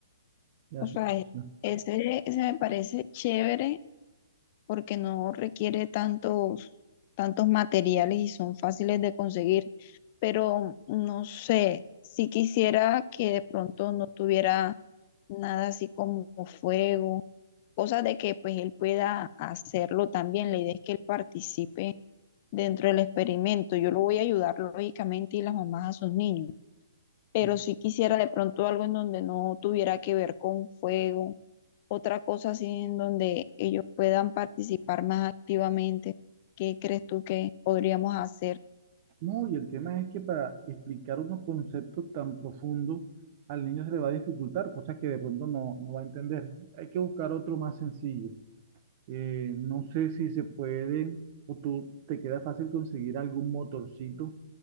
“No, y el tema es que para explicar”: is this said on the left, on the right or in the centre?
Right